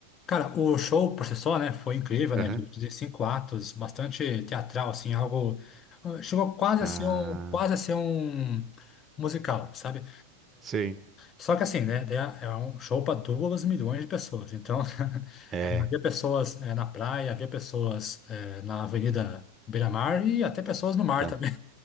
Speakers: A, on the left; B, on the right.
A: cara, o show por si só, né, foi incrível, né?
B: Aham.
A: De cinco atos, bastante teatral, assim, algo... eh, Chegou quase
B: Ah,
A: a ser um, quase a ser um musical, sabe?
B: sim.
A: Só que assim, né? daí É é um show para duas milhões de pessoas. Então, <laughs>
B: É,
A: é, havia pessoas é, na praia, havia pessoas é, na Avenida Beira-Mar e até pessoas no mar
B: tá.
A: também,